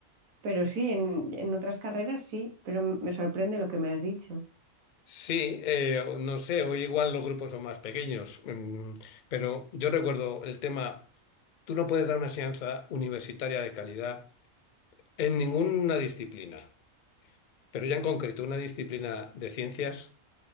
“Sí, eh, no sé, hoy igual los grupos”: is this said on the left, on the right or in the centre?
Left